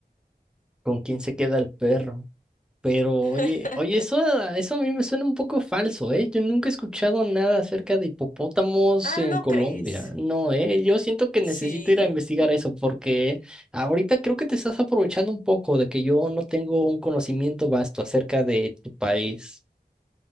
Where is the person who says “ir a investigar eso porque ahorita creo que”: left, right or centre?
Centre